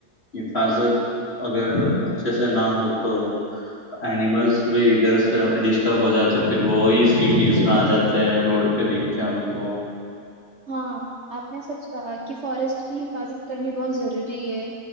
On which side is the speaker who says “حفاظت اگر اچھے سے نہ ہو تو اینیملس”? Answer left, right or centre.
Left